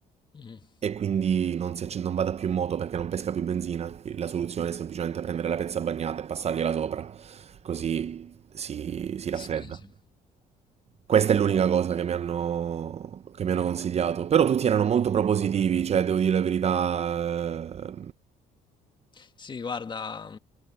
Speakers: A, on the left; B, on the right.
A: Mhm.
B: e quindi non, si acc- non vada più in moto perché non pesca più benzina. La soluzione è semplicemente prendere la pezza bagnata e passargliela sopra, così si, si raffredda.
A: Sì, sì.
B: Questa è l'unica cosa che mi hanno, che mi hanno consigliato, però tutti erano molto propositivi, cioè devo dire la verità. eh,
A: Sì, guarda,